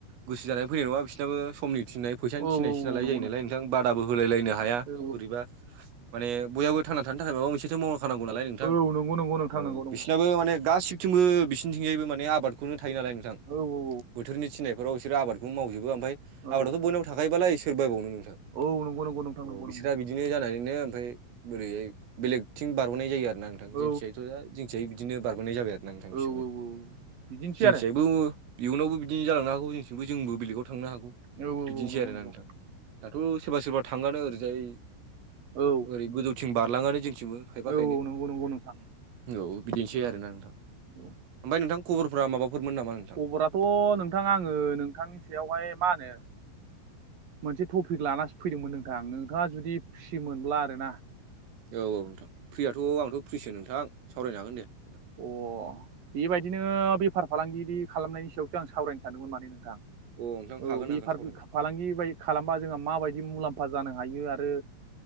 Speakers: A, on the right; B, on the right.
A: गोसो जानाय फैनाय नङा बिसोरनाबो समनि थिननाय फैसानि
B: औ
A: थिनायसै
B: औ
A: नालाय
B: औ नंगौ
A: जायो नालाय
B: नंगौ
A: नोंथां बादाबो होलाय लायनो हाया
B: औ
A: बोरैबा माने बयाबबो थांना थानो थाखाय माबा मोनसेथ' मावनाखानांगौ नालाय नोंथां
B: औ औ नंगौ नंगौ नोंथां
A: औ
B: नंगौ नंगौ
A: बिसिोरनाबो माने गासिबो थिंबो बिसिोरथिंजायबो माने आबादखौनो थायो नालाय नोंथां
B: औ
A: बोथोरनि थिनायफोराव बिसोर आबादखौ मावजोबो ओमफफ्राय
B: औ
A: आबादाथ' बोनाव थाखायोबालाय सोर बावनो नोंथां
B: औ नंगौ नंगौ नोंथां
A: औ
B: नंगौ
A: बिसोरा
B: नंगौ
A: बि बिदिनो जानानैनो ओमफ्राय बोरैहाय बेलेगथिं बारह'नाय जायो आरोना नोंथां
B: औ
A: जोंसियायथ' जंसियाय बिदिनो बारगोनाय जाबाय आरो ना नोंथां बिसोरबो
B: औ औ औ बिदिनोसै
A: जोंथिजायबो
B: आरो
A: इयुनावबो बिदिनो जालांनो हागौ जोंथिबो जोंबो बेलेगाव थांनो हागौ
B: औ
A: बिदिनोसै
B: औ नंगौ
A: आरोना
B: नंगौ
A: नोंथां। दाथ' सोरबा सोरबा थाङानो ओरैजाय
B: औ
A: ओरै गोजौथिं बारलाङानो जोंथिबो खायफा
B: औ
A: खायनै
B: औ नंगौ नंगौ नोंथां
A: औ बिदिनोसै
B: औ
A: आरो ना नोंथां
B: औ
A: ओमफफ्राय नोंथां खबरफ्रा माबाफोरमोन नामा नोंथां
B: खबराथ' नोंथां आङो नोंथांनि सायावहाय मा होनो मोनसे टपिक लानानानै फैदोंमोन नोंथां नोंथाङा जुदि फ्रि मोनब्ला आर ना।
A: औ औ नोंथां फ्रियाथ' आंथ' फ्रिसो नोंथां सावरायनो हागोन दे नोंथां।
B: अ बेबायदिनो बेफार फालांगि खालामनायनि सायावसो आं सावरायनो सानदोंमोन माने नोंथां।
A: अ नोंथां
B: औ
A: हागोन
B: बेफार
A: हागोन सावरायनो
B: फालांगि बाय खालामबा जोंहा माबायदि मुलाम्फा जानो हायो आरो